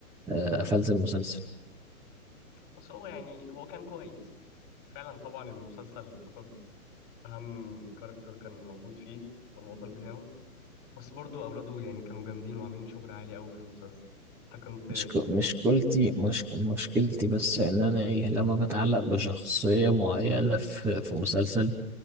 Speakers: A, in the centre; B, on the left.
A: آه، قفلت المسلسل
B: بس هو يعني هو كان كويس فعلا طبعا المسلسل فقد أهم كاركتر كان موجود فيه والبطل بتاعه بس برضو أولاده يعني كانوا جامدين وعاملين شغل عالي أوي في المسلسل أنت كنت
A: مش مشكلتي مش مشكلتي بس ان انا ايه لما بتعلق بشخصيه معينه في في مسلسل